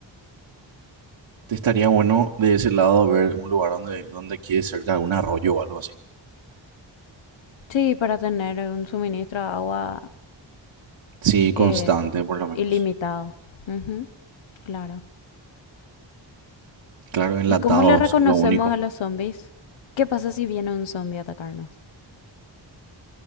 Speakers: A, on the right; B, on the left.
A: Te estaría bueno de ese lado ver un lugar donde, donde quede cerca de un arroyo o algo así.
B: Sí, para tener un suministro de agua
A: Sí, constante,
B: eh,
A: por lo menos.
B: ilimitado. Ujú, claro.
A: Claro, enlatados,
B: ¿Y cómo le reconocemos
A: lo único.
B: a los zombies? ¿Qué pasa si viene un zombie a atacarnos?